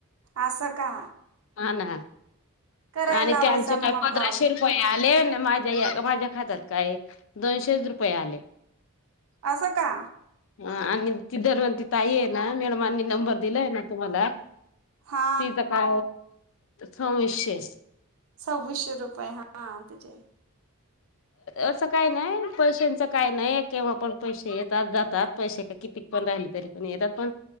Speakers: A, on the right; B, on the left.
A: आसा का
B: हा ना
A: करायला
B: आणि
A: लावायचा
B: त्यांच काय
A: ना मग
B: पंधराशे
A: कॉल
B: रुपये आले माझ्या माझ्या खात्याात काय दोनशे रुपये आले.
A: असं का
B: ह <inaudible> आणि तधारवंत ताई ना मॅडम अ दिलय ना तुम्हाला
A: हा
B: तिच का सविशे
A: सव्वीसशे रुपये हा तचे
B: असं काय नाही पैशांचं काय नाही केव्हा पण पैसे येतात जातात पैसे का किती पण राहिले तरी पण येतात पण